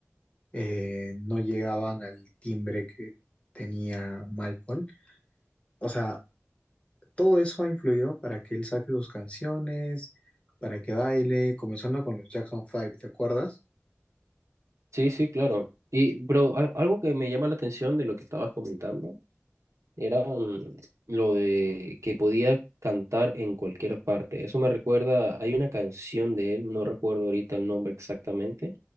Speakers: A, on the left; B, on the right.
A: eh, no llegaban al timbre que tenía Michael, o sea, Todo eso ha influido para que él saque sus canciones, para que baile, comenzando con los Jackson Five, ¿te acuerdas?
B: Sí, sí, claro. Y, pero algo que me llama la atención de lo que estabas comentando Era mm, lo de que podía cantar en cualquier parte. Eso me recuerda, hay una canción de él, no recuerdo ahorita el nombre exactamente,